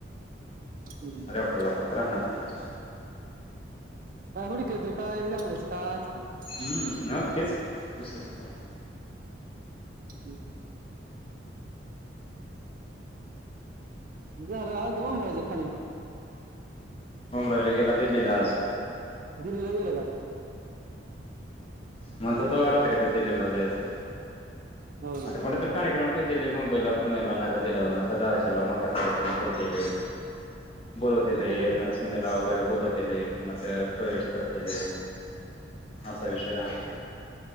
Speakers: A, on the right (about 45°); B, on the left (about 30°).
A: काय
B: रेकॉर्ड फक्त राहणार तेच्या
A: <inaudible> अर काय लफड्याचं काय असतंय.
B: हम्म ना तेच दुसरं काय?
A: हम्म. झालं आज डोंगराच्या खाली
B: उमराजे गेला दिल्लीला आज
A: दिल्ली ला गेले का?
B: म्हणत होत <unintelligible> रात्रीच दिल्लीला जायचं
A: होय
B: आता कुणीतर कार्यक्रम ठेव दिल्लीला, मुंबईला, पुण्याला <unintelligible> धाराशिव ला मोठा कार्यक्रम ठेवलेल बोलावतील एकनाथ
A: गेली की
B: शिंदेला वग बोलावतील मग प्रवेश करतेल असा विषय राहण